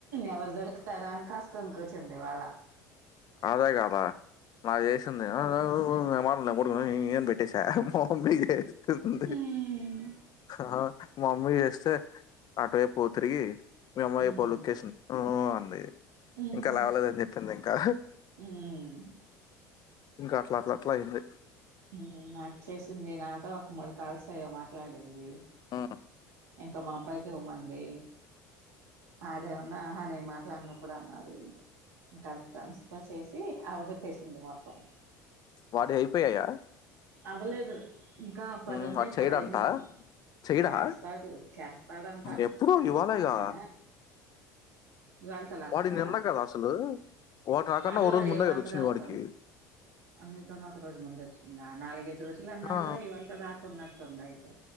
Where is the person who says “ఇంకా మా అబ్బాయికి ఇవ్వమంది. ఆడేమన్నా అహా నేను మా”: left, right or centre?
Right